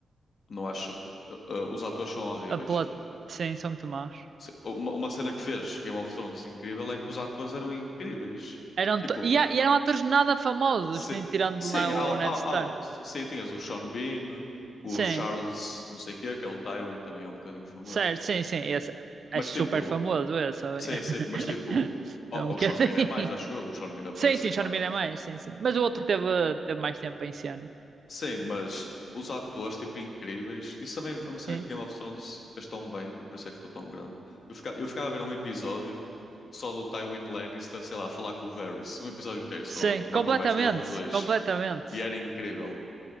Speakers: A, on the left (about 50°); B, on the right (about 45°).
A: Não acho. uh, uh, os atores são horríveis.
B: A plot, sim, são muito maus.
A: Se- Uma, uma cena que fez Game of Thrones incrível é que os atores eram incríveis.
B: Eram
A: Tipo,
B: to- e, a- e eram atores nada famosos,
A: se-
B: nem tirando
A: sim,
B: lá
A: ao,
B: o Ned
A: ao,
B: Stark
A: ao, sim, tinhas o Sean Bean, o
B: Sim,
A: Charles, não sei o quê, que é o Tywin, também é um bocadinho famoso.
B: certo, sim, sim. Esse é
A: Mas
B: super
A: tipo,
B: famoso, esse. ali.
A: sim, sim,
B: <laughs>
A: mas tipo.
B: É
A: O,
B: um bocadinho.
A: o Sean Bean é mais, acho eu. O Sean Bean aparece
B: Sim, sim,
A: em
B: Sean
A: mais.
B: Bean é mais, sim, sim. Mas o outro teve, teve mais tempo em cena.
A: Sim, mas os atores, tipo, incríveis. Isso também foi uma cena
B: Sim,
A: que Game of Thrones fez tão bem e por isso é que ficou tão grande. Eu, fica- eu ficava a ver um episódio só do Tywin Lannister, sei lá, a falar com o Varys. Um episódio inteiro, só
B: sim,
A: uma
B: completamente,
A: conversa deles dois.
B: completamente,
A: E era incrível.